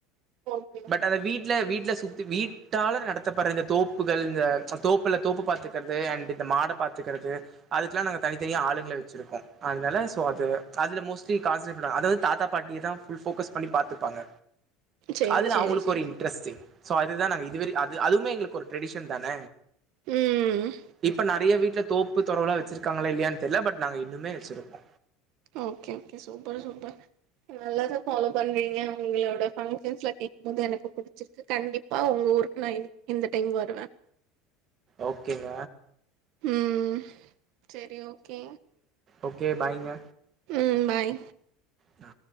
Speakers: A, on the right (about 50°); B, on the right (about 25°).
A: ஓகே.
B: பட் அத வீட்ல-வீட்ல சு வீட் ட்டால நடத்தப்படுற இந்த தோப்புகள் இந்த தோப்புல தோப்பு பார்த்துக்கற்து அண்ட் இந்த மாட பார்த்துக்கிறது அதுக்கெலாம் நாங்க தனித்தனியா ஆளுங்களை வச்சுிருக்கோ அதனால ஸோ அது அதில்ல மோஸ்ட்லி கான்சன்ட்ரேட் பண்றாங்க அத வந்து தாத்தா பாட்டியை தான் ஃபுல் ஃபோக்கஸ் பண்ணி பார்த்துப்பாங்க
A: சேரி,
B: அதுல
A: சேரி,
B: அவங்களுக்கு
A: சேரி.
B: ஒரு இன்ட்ரெஸ்ட்டு சோ அது தா <unintelligible> <unintelligible> அது-அதுமே எங்களுக்கு ஒரு ட்ரெடிஷன் தான
A: ம்.
B: இப்ப நறைய வீட்ல தோப்பு தொரவுல வச்சிருக்காங்களா இல்லையான்னு தெரியல பட் நாங்க இன்னுமே வச்சிருக்கோ
A: ஓகே-ஓகே சூப்பர்-சூப்பர் நல்லது ஃபாலோ பண்றீங்க உங்களோட பங்க்ஷன்ஸ்ல கேக்கும்போது எனக்கு புடிச்சிருக்கு கண்டிப்பா உங்க ஊருக்கு நா இந்-இந்த டைம் வருவே
B: ஓகேங்க
A: ம் செரி ஓகே
B: ஓகே பாய்ங்க
A: ம் பாய்
B: நா